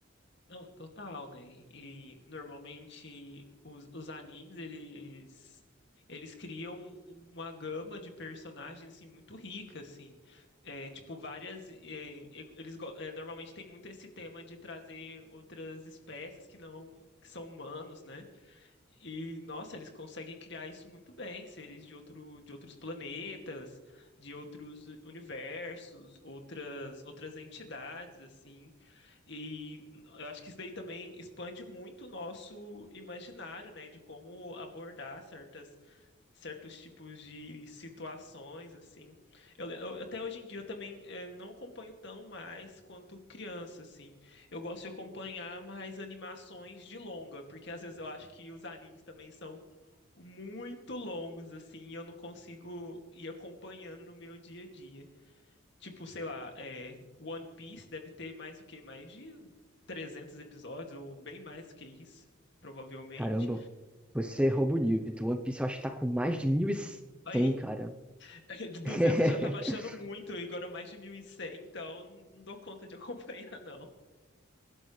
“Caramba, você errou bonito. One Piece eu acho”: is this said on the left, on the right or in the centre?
Centre